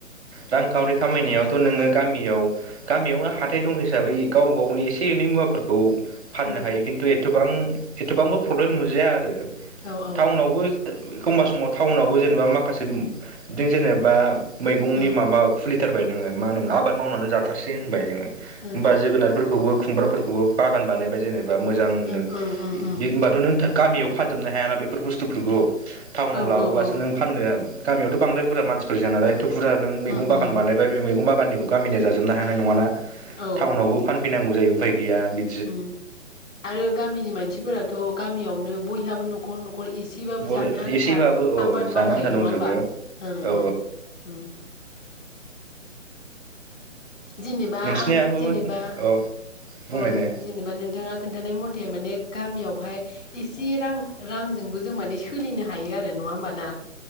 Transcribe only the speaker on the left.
ओं
औ औ
उम
उम
ओं ओं उम उम
औ
औ औ
उम
उम
औ
उम आरो गामिनि मानसिफोराथ' गामियावनो बयहाबो न'खर न'खर एसे सिबाबो
जानो आन्था
आबाद
मावखायो
नङा होमबा ओं
ओं ओं जेनेबा
आं जेनेबा
अ
जेनेबा नोंथाङा खोन्थानाय मथे माने गामियावहाय एसे रां रांजोंबो जों माने सोलिनो हायो आरो नङा होमबा ना?